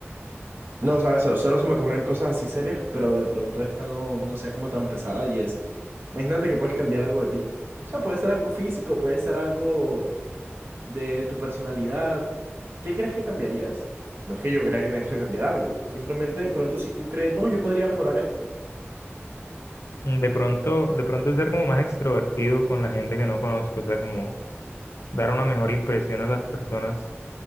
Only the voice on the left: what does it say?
Mm, De pronto, de pronto ser como más extrovertido con la gente que no conozco, o sea, como dar una mejor impresión a las personas,